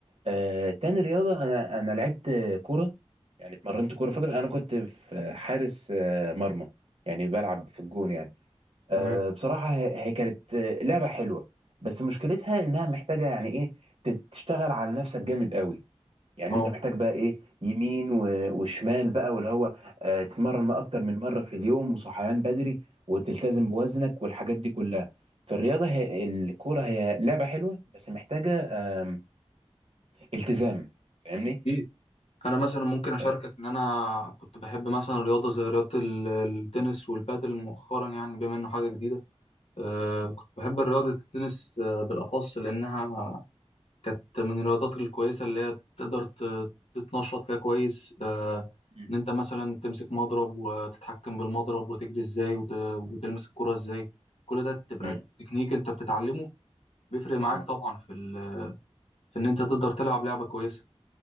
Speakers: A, on the right; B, on the left.
A: آه، تاني رياضة أنا أنا لعبت كورة يعني اتمرنت كورة فترة أنا كنت في حارس آه، مرمى يعني بلعب في الجون يعني آه،
B: تمام
A: بصراحة هي هي كانت آه، لعبة حلوة بس مشكلتها إنها محتاجة يعني إيه تت- تشتغل على نفسك جامد قوي يعني
B: أه
A: أنت محتاج بقى إيه يمين و- وشمال بقى واللي هو آه، تتمرن ما أكتر من مرة في اليوم وصحيان بدري وتلتزم بوزنك والحاجات دي كلها فالرياضة هي الكورة هي لعبة حلوة بس محتاجة آم، التزام فاهمني
B: أكيد أنا مثلا ممكن أشاركك
A: آه،
B: إن أنا كنت بحب مثلا رياضة زي رياضة ال- التنس والبادل مؤخرا يعني بما إنه حاجة جديدة أه
A: مم.
B: كنت بحب رياضة التنس آه، بالأخص لأنها كانت من الرياضات الكويسة اللي هي تقدر ت- تتنشط فيها كويس آه،
A: مم.
B: إن أنت مثلا تمسك مضرب وتتحكم بالمضرب وتجري إزاي وت- وتلمس
A: مم.
B: الكرة إزاي كل ده تبقى
A: مم.
B: تكنيك أنت بتتعلمه بيفرق معاك
A: مم.
B: طبعا في ال... في إن أنت تقدر تلعب لعبة كويسة